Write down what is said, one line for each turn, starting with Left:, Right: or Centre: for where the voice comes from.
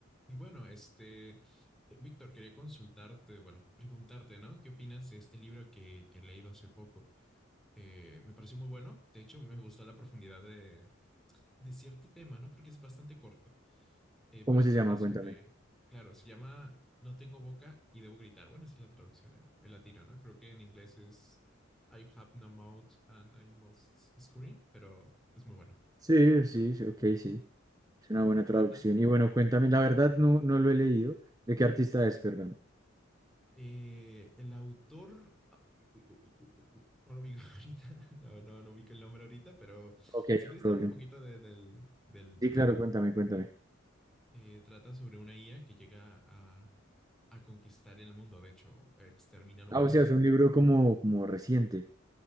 Centre: Y bueno, este, eh, Víctor, quería consultarte, bueno, preguntarte, ¿no? ¿Qué opinas de este libro que, que he leído hace poco? Eh, me pareció muy bueno. De hecho, me gustó la profundidad de, de cierto tema, ¿no? Porque es bastante corto, eh, pero
Right: ¿Cómo se
Centre: trata
Right: llama?
Centre: sobre,
Right: Cuéntame.
Centre: claro, se llama No tengo boca y debo gritar. Bueno, esa es la traducción en, en latino, ¿no? Creo que en inglés es I have no mouth and I must scream, pero es muy bueno.
Right: Sí, sí, sí, ok, sí. Es una buena traducción.
Centre: Trata
Right: Y bueno, cuéntame, la verdad no, no lo he leído. ¿De qué artista es, perdón?
Centre: Eh, el autor, ah, uy, uy, uy, uy, uy, no lo ubico <laughs> ahorita, no, no, no ubico el nombre ahorita, pero
Right: Ok, no
Centre: si quieres
Right: problema.
Centre: te hablo un poquito de- del, del- del
Right: Sí, claro,
Centre: libro.
Right: cuéntame, cuéntame.
Centre: Eh, trata sobre una IA que llega a, a conquistar el mundo, de hecho, extermina a la humanidad.
Right: Ah, o sea, es un libro como, como reciente.